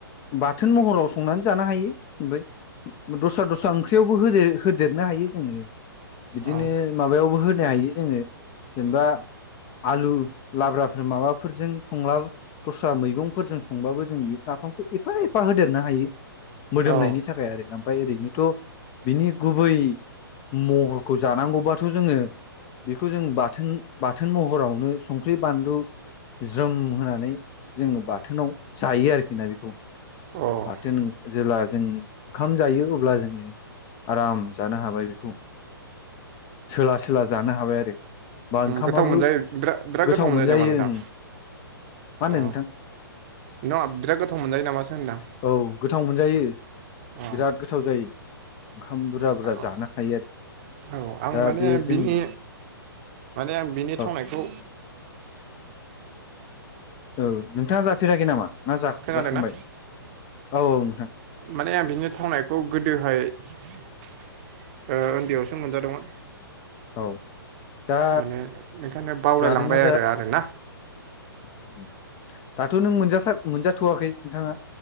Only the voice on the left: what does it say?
बाथोन महराव संनानै जानो हायो ओमफ्राय दस्रा दस्रा ओंख्रियावबोे होदेरनो हायो जोङो। बिदिनो
माबायावबो हो होनो हायो जोङो जेनेबा आलु लाब्राफोर माबाफोरजों संला दस्रा मैगंफोरजों संबाबो जों नाफामखौ एफा एफा होदेरनो हायो। मोदोमनायनि
थाखाय आरो। ओमफ्राय ओरैनोथ' बिनि गुबै महरखौ जानांगौबाथ' जोङो बेखौ जों बाथोन बाथोन महरावनो संख्रि बानलु ज्रोम होनानै जोङो बाथोनाव जायो आरोखि ना बेखौ
बाथोन जेब्ला जों ओंखाम जायो अब्ला जोङो आराम जानो हाबाय बेखौ सोला सोला जानो हाबाय आरो। बा ओंखामाबो
गोथाव मोनजायो
ओं मा होनो
नोंथां
<inaudible>
औ गोथाव मोनजायो
बिराद गोथाव जायो। खाम बुरजा बुरजा
जानो हायो आ
दा
बे जों
औ। औ नोंथाङा जाफेराखै नामा? ना जा-जाखांबाय?
औ औ नोंथां।
औ। दा
जादोंना
उम दाथ' नों मोनजाथार मोनजाथ'वाखै नोंथाङा?